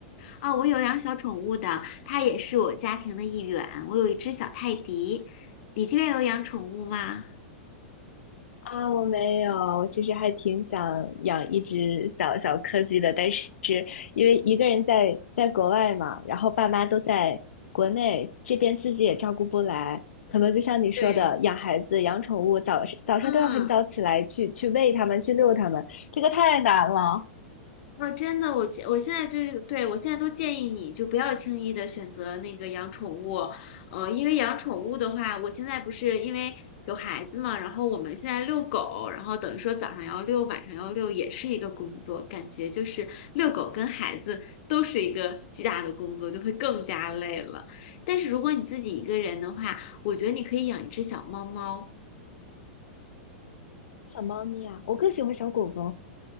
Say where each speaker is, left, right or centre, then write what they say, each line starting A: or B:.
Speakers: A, on the left (about 50°); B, on the left (about 85°).
A: 啊、我有养小宠物的，它也是我家庭的一员。我有一只小泰迪，你这边有养宠物吗？
B: 啊，我没有，我其实还挺想养一只小小柯基的，但是因为一个人在在国外嘛，然后爸妈都在国内，这边自己也照顾不来，可能就像你说的，
A: 对，
B: 养孩子、养宠物，早早上都要很早起来去去喂它们、
A: 嗯。
B: 去遛它们，这个太难了。
A: 啊，真的，我觉我现在就对我现在都建议你就不要轻易的选择那个养宠物，嗯，因为养宠物的话，我现在不是因为有孩子嘛，然后我们现在遛狗，然后等于说早上要遛，晚上要遛，也是一个工作，感觉就是遛狗跟孩子都是一个巨大的工作，就会更加累了。但是如果你自己一个人的话，我觉得你可以养一只小猫猫。
B: 小猫咪啊，我更喜欢小狗狗。